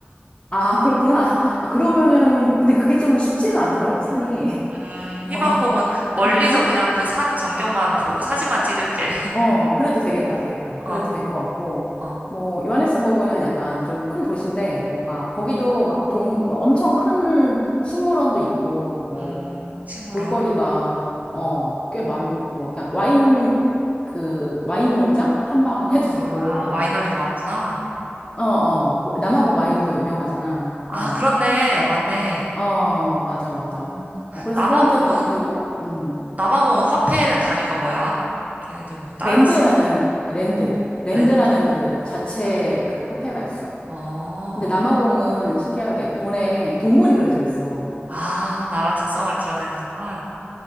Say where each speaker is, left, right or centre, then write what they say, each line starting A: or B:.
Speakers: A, on the left; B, on the right.
A: 아, 그렇구나. 아, 그러면은, 근데
B: <laughs>
A: 그게 좀 쉽지는 않더라고, 산이.
B: 음,
A: <laughs>
B: 희망봉은
A: 어,
B: 멀리서
A: 그래서?
B: 그냥 그 산 전경만 보고 사진만 찍을게.
A: 어, 그래도 되겠다, 되겠다.
B: <laughs>
A: 그래도
B: 어,
A: 될 것 같고.
B: 어,
A: 뭐, 요하네스버그는 약간 좀 큰 도시인데, 뭔가,
B: 어.
A: 거기도 막 동, 막 엄청 큰 식물원도 있고, 뭐,
B: 음, 식물원.
A: 볼거리가,
B: 어.
A: 어, 꽤 많, 뭐, 그냥 와인, 그, 와인 농장? 탐방해도 <laughs>
B: 아,
A: 되고,
B: 와이너리도 많구나.
A: 어, 어.
B: 어.
A: 남아공 와인도 유명하잖아.
B: 아,
A: 어,
B: 그렇네. 맞네.
A: 어, 맞아, 맞아.
B: 음,
A: 어, 그래서
B: 남아공은,
A: 그런 데 가도 되고, 음.
B: 남아공은 화폐 단위가 뭐야? 걔네들 뭐 달러
A: 랜드라는,
B: 써?
A: 랜드. 랜드라는
B: 랜드?
A: 그 자체 그 화폐가 있어.
B: 어.
A: 근데 남아공은 신기하게 그 돈에 동물이 그려져 있어.
B: 아, 나라 특성을 드러내는구만.